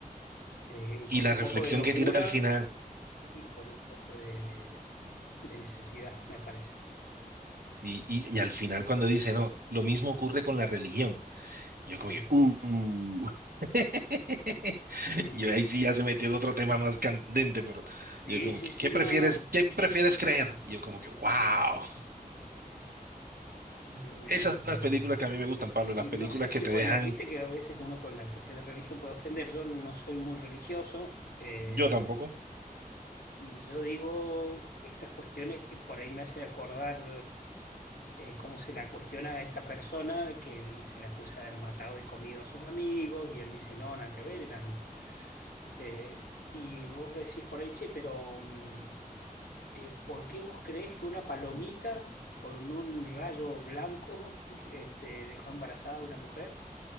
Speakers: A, on the left; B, on the right.
A: eh,
B: Y
A: con
B: la
A: un
B: reflexión
A: poco de locura
B: que tira al final.
A: y con un poco de, de- de necesidad, me parece.
B: Y, y, y al final cuando dice, no, lo mismo ocurre con la religión. Y Yo como,
A: Mm,
B: que, uh, uh. <laughs>
A: mm.
B: Y Yo ahí sí ya se metió en otro tema más candente, pero
A: Sí,
B: yo como
A: sí,
B: que,
A: sí,
B: ¿qué prefieres,
A: no, no.
B: qué prefieres creer? Y yo como que, wow.
A: Y mm,
B: Esas son las películas que a mí me gustan, Pablo,
A: sí,
B: las películas
A: no sé si,
B: que te
A: bueno,
B: dejan,
A: viste que a veces uno con la cuestión de religión puede ofender. Yo no soy muy religioso eh,
B: yo tampoco.
A: y yo digo estas cuestiones que por ahí me hace acordar eh, cómo se la cuestiona a esta persona que él se le acusa de haber matado y comido a sus amigos y él dice, no, nada que ver, eran... eh, y vos decís por ahí, che, pero... mm, eh, ¿por qué vos creés que una palomita con un rayo blanco este, dejó embarazada a una mujer?